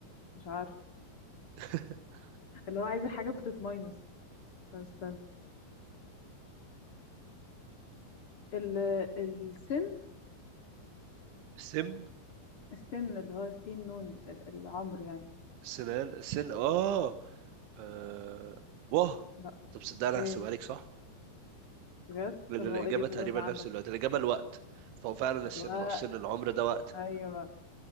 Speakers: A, on the left; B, on the right.
A: مش عارف
B: <laughs>
A: اللي هو عايزة حاجة بتتماينس طب استنى ال... السن
B: سم
A: السن اللي هو سين نون ال- العمر يعني
B: سنان سن اه آه، واه
A: لا
B: طب صدق انا
A: ايه
B: هحسبها لك صح
A: بجد
B: لان
A: طب هو
B: الاجابه
A: ايه الإجابة
B: تقريبا
A: اللي عندك
B: نفس الوقت الاجابه الوقت فهو فعلا
A: الوقت
B: السن ما هو سن العمر ده وقت
A: ايوه